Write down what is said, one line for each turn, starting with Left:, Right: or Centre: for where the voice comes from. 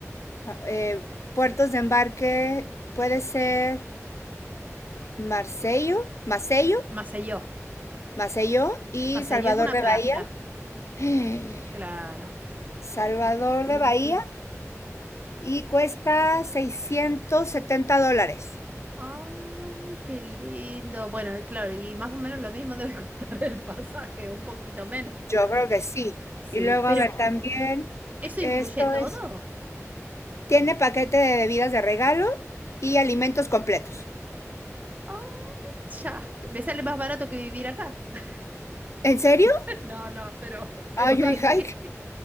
Left: eh, puertos de embarque puede ser Marsello, Macello,
Right: Maceió.
Left: Macello y
Right: Maceió
Left: Salvador
Right: es una
Left: de
Right: playa.
Left: Bahía. <gasps>
Right: Claro.
Left: <sighs> Salvador
Right: Uh.
Left: de Bahía y cuesta 670 dólares.
Right: Ay, qué lindo. Bueno, y claro, y más o menos lo mismo debe <laughs> costar el pasaje, un poquito menos.
Left: Yo creo que sí.
Right: Sí,
Left: Y luego,
Right: pero
Left: a ver, también
Right: ¿eso
Left: esto
Right: incluye todo?
Left: es, tiene paquete de bebidas de regalo y alimentos completos.
Right: Ay, ya. Me sale más barato que vivir acá. <laughs>
Left: ¿En serio?
Right: No, no, pero, pero
Left: Ay,
Right: casi.
Left: yo dije, ay.
Right: <laughs>